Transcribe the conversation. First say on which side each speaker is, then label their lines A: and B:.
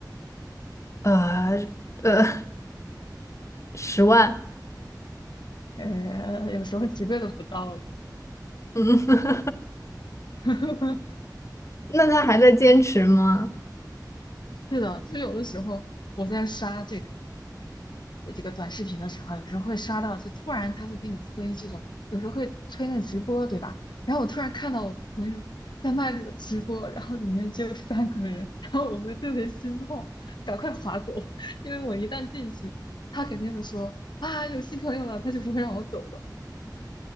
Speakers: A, on the left; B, on the left.
A: 呃呃，十万，
B: 呃，有时候几个都不到。
A: 嗯，<laughs>
B: <laughs>
A: 那他还在坚持吗？
B: 是的，就有的时候我在刷这个呃这个短视频的时候，有时候会刷到，就突然他会给你推这种，有时候会推那直播，对吧？然后我突然看到我的朋友在卖这个直播，然后里面只有三个人，然后我会特别心痛，赶快划走，因为我一旦进去，他肯定会说啊有新朋友了，他就不会让我走了。